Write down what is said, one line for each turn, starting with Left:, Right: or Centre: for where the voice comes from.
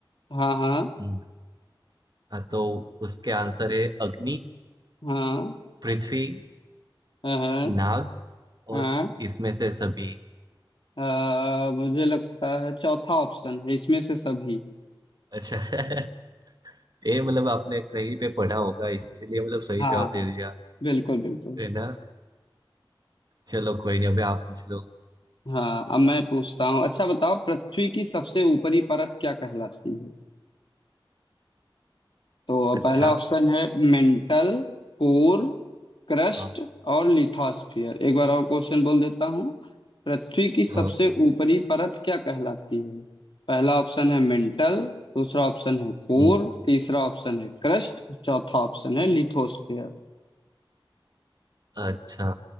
Left: हाँ हाँ
Right: हम्म, हाँ तो उसके आंसर है अग्नि
Left: हाँ
Right: पृथ्वी
Left: हाँ हाँ
Right: नाग
Left: हाँ
Right: और इसमें से सभी
Left: अ, मुझे लगता है चौथा ऑप्शन है इसमें से सभी
Right: अच्छा <laughs> ये मतलब आपने कहीं पे पढ़ा होगा इसीलिए मतलब सही
Left: हाँ
Right: जवाब दे दिया
Left: बिल्कुल बिल्कुल
Right: है ना चलो कोई नहीं अभी आप पूछ लो
Left: हाँ अब मैं पूछता हूँ अच्छा बताओ पृथ्वी की सबसे ऊपरी परत क्या कहलाती है तो
Right: अच्छा
Left: पहला ऑप्शन है मेंटल कोर क्रस्ट
Right: हाँ
Left: और लिथोस्फियर एक बार और क्वेश्चन बोल देता हूँ पृथ्वी की सबसे
Right: हाँ
Left: ऊपरी परत क्या कहलाती है पहला ऑप्शन है मेंटल दूसरा ऑप्शन है कोर
Right: हम्म,
Left: तीसरा ऑप्शन है क्रस्ट और चौथा ऑप्शन है लिथोस्फियर
Right: अच्छा